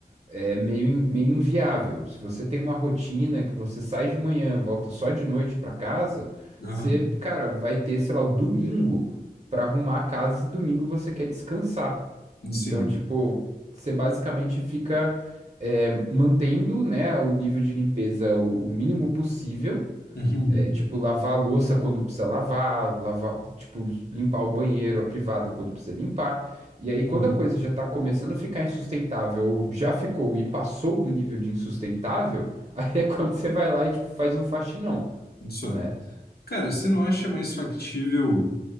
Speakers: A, on the right; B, on the left.
A: é meio, meio inviável. Se você tem uma rotina que você sai de manhã, volta só de noite pra casa,
B: Aham.
A: você, cara, vai ter, sei lá, o domingo pra arrumar a casa e domingo você quer descansar. Então,
B: Sim.
A: tipo, você basicamente fica é, mantendo, né, o nível de limpeza o, o mínimo possível.
B: Uhum,
A: É, tipo, lavar a louça quando precisa lavar, lavar, tipo, limpar o banheiro, a privada quando precisa limpar. E aí, quando
B: uhum,
A: a coisa já tá começando a ficar insustentável, ou já ficou e passou do nível de insustentável, <laughs> aí é quando você vai lá e, tipo, faz um faxinão,
B: uhum. Só.
A: né?
B: Cara, você não acha mais factível